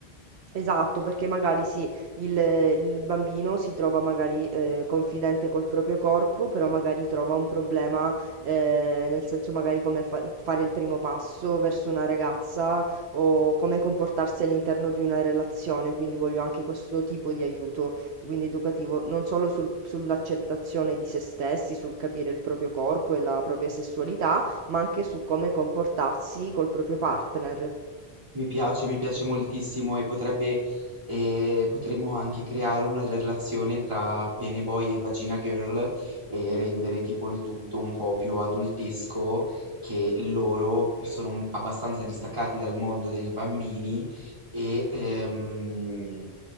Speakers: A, on the right; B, on the right.
A: Esatto, perché magari sì, il, il bambino si trova magari eh, confidente col proprio corpo, però magari trova un problema, eh, nel senso magari come fa- fare il primo passo verso una ragazza o come comportarsi all'interno di una relazione, quindi voglio anche questo tipo di aiuto, quindi educativo, non solo sul- sull'accettazione di se stessi, sul capire il proprio corpo e la propria sessualità, ma anche su come comportarsi col proprio partner.
B: Mi piace, mi piace moltissimo e potrebbe, eh, potremmo anche creare una relazione tra Pene Boy e Vagina Girl e rendere tipo il tutto un po' più adultesco, che loro sono abbastanza distaccati dal mondo dei bambini e ehm,